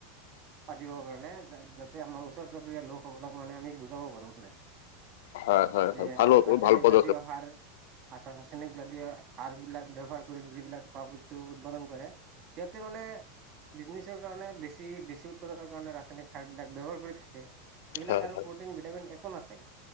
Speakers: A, on the right; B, on the left.
A: পাতিবৰ কাৰণে যা যাতে আমাৰ ওচৰ -চুবুৰীয়া লোকসকলক মানে আমি বুজাব পাৰো মানে সাৰ
B: হয় হয় হয় ভাল হ'ব,
A: ৰাসায়নিক
B: ভাল পদক্ষেপ।
A: জাতীয় সাৰ আৰু ৰাসায়নিক যদিও সাৰ বিলাক ব্যৱহাৰ কৰি যিবিলাক খোৱা উৎপাদন কৰে সিহঁতে মানে বিজনেছৰ কাৰণে বেছি বেছি উৎপাদনৰ কাৰণে ৰাসায়নিক সাৰবিলাক ব্যৱহাৰ কৰি থাকে। এইবিলাক
B: হয়
A: আৰু
B: হয়
A: প্ৰটিন ভিটামিন একো নাথাকে,